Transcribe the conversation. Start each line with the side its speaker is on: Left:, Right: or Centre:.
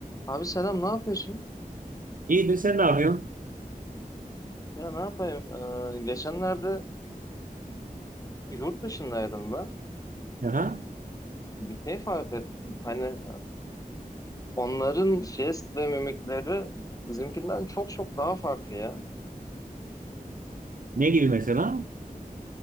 Left: Abi selam, ne yapıyorsun?
Right: İyidir sen ne yapıyorsun?
Left: Ya ne yapayım? Ee, geçenlerde yurt dışındaydım ben.
Right: Aha.
Left: Bir şey fark ettim. Hani onların jest ve mimikleri bizimkinden çok çok daha farklı ya.
Right: Ne gibi mesela?